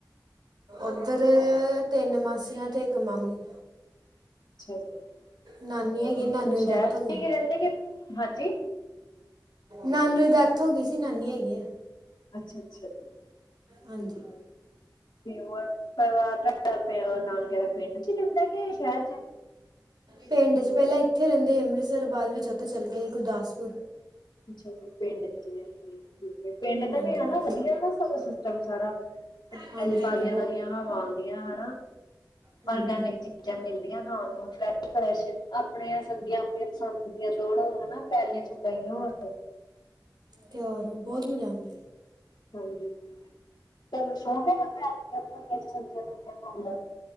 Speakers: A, on the right; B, on the left.
A: ਓਧਰ ਤਿੰਨ ਮਾਸੀਆਂ ਤੇ ਇੱਕ ਮਾਮੂ।
B: ਅੱਛਾ ਜੀ।
A: ਨਾਨੀ
B: ਹੋਰ
A: ਹੈਗੀ
B: ਉੱਥੇ
A: ਨਾਨੂੰ
B: ਸ਼ਹਿਰ
A: ਦੀ ਡੈਥ
B: ਚ
A: ਹੋ ਗੀ।
B: ਹੀ ਰਹਿੰਦੇ ਕਿ ਹਾਂਜੀ
A: ਨਾਨੂ ਦੀ ਡੈਥ ਹੋਗੀ ਸੀ ਨਾਨੀ ਹੈਗੀ ਐ।
B: ਅੱਛਾ-ਅੱਛਾ ਜੀ ਠੀਕ
A: ਹਾਂਜੀ
B: ਏ 'ਤੇ ਪਰਿਵਾਰ ਤੇ ਨਾਨਕਿਆ ਦਾ ਪਿੰਡ 'ਚ ਹੁੰਦਾ ਕੇ ਸ਼ਹਿਰ 'ਚ।
A: ਪਿੰਡ 'ਚ ਪਹਿਲਾਂ ਇੱਥੇ ਰਹਿੰਦੇ ਅੰਮ੍ਰਿਤਸਰ ਬਾਦ ਵਿੱਚ ਓਥੇ ਚਲ ਗੇ ਗੁਰਦਾਸਪੁਰ।
B: ਅੱਛਾ ਜੀ ਪਿੰਡ ਚ ਯਾਨੀ ਕੀ ਠੀਕ ਪਿੰਡ ਦਾ
A: ਹਾਂਜੀ
B: ਵੀ ਹਨਾ ਵਧੀਆ ਨਾ ਸਿਸਟਮ ਸਾਰਾ।
A: ਹਾਂਜੀ
B: ਤਾਜ਼ੀਆਂ-ਤਾਜ਼ੀਆਂ
A: ਹਾਂਜੀ
B: ਹਵਾ ਆਂਦੀਆਂ ਹਨਾ।
A: ਹੂੰ।
B: ਕੈ ਨੇ ਚੀਜ਼ਾਂ ਮਿਲਦੀਆਂ ਖਾਣ ਨੂੰ ਫਰੈਸ਼-ਫਰੈਸ਼ ਆਪਣੀਆਂ ਸਬਜ਼ੀਆਂ ਆਪਣੀਆਂ ਪਸੰਦ ਦੀਆਂ ਤੋੜੋ ਹਨਾ। ਪੈਲੀਆ ਚ ਓਗਾਇਆ ਹੁਣ
A: ਤੇ ਓਰ ਬੋਤ ਮਜ਼ਾ ਆਂਦਾ।
B: ਹਾਂਜੀ, ਤਾਂਨੂ ਸ਼ੌਂਕ ਅ ਪੂੰਡੇ ਚ ਸਬਜੀਆਂ ਲਾਉਣ ਦਾ